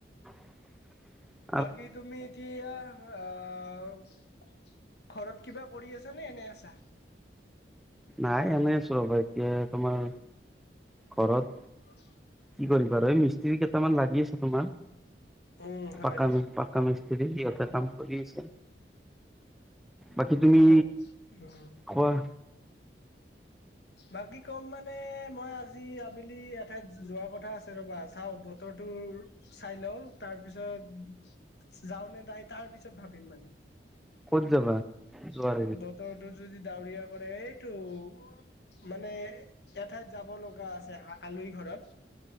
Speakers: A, in the centre; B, on the left (about 65°).
A: <inaudible>
B: বাকি তুমি এতিয়া। আহ', ঘৰত কিবা কৰি আছা নে এনে আছা?
A: নাই এনেই আছো ৰ'বা এতিয়া তোমাৰ। ঘৰত।
B: <inaudible>
A: কি কৰিবা আৰু এই মিস্ত্ৰী কেইটামান লাগি আছে তোমাৰ
B: উম হয়।
A: পকা কা, মিস্ত্ৰী সিহঁতে কাম কৰি আছে। বাকী তুমি
B: কওক উম।
A: কোৱা?
B: বাকী কম মানে, মই আজি আবেলি এঠাইত যোৱা কথা আছে ৰ'বা চাও ব বতৰটো চাই লওঁ তাৰপিছত যাওঁ নে তাই তাৰ পিছত ভাবিম মানে।
A: ক'ত যাবা? যোৱাৰ
B: বতৰটো যদি ডাৱৰীয়া কৰে এইটো মানে এঠাইত যাব লগা আছে আলহী ঘৰত।